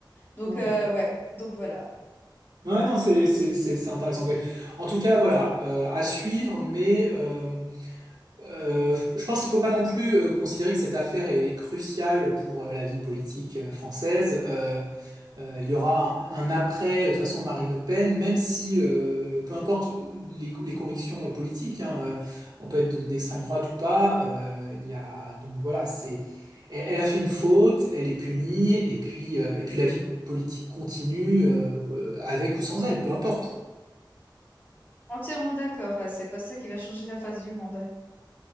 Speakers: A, on the left; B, on the right.
A: Donc
B: Ouais.
A: euh, ouais, donc voilà.
B: Ouais, non, c'est, c'est, c'est, c'est intéressant. Mais en tout cas, voilà, euh, à suivre, mais euh, euh, je pense qu'il faut pas non plus euh, considérer que cette affaire est cruciale pour euh, la vie politique euh, française. Euh, Euh, il y aura un, un après, de toute façon, Marine Le Pen, même si, euh, peu importe les, co- les convictions euh, politiques, hein, euh, on peut être de- d'extrême droite ou pas, euh, il y a, donc voilà, c'est, elle, elle a fait une faute, elle est punie, et puis, euh, et puis la vie politique continue, euh, euh, avec ou sans elle, peu importe.
A: Entièrement d'accord. euh, C'est pas ça qui va changer la face du monde.